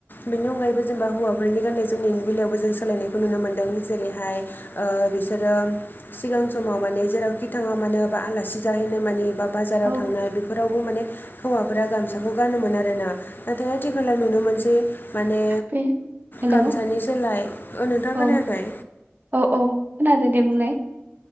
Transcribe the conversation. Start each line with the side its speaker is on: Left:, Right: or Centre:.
Left: बेनि अनगायैबो जेनेबा हौवाफोरनि गान्नाय जोमनायनि बेलायावबो जों सोलायनायखौ नुनो मोन्दों। जेरैहाय ओ बिसोरो सिगां समाव माने जेरावखि थाङा मानो बा आलासि जाहैनाय मानि बा बाजाराव
Right: औ
Left: थांनाय बेफोरावबो माने हौवाफोरा गामसाखौ गानोमोन आरो ना नाथाय आथिखालाव नुनो मोनसै माने
Right: बे हेलौ
Left: गामसानि सोलाय ओ नोंथाङा खोनायाखै?
Right: औ औ औ खोनादों दे बुंलाय।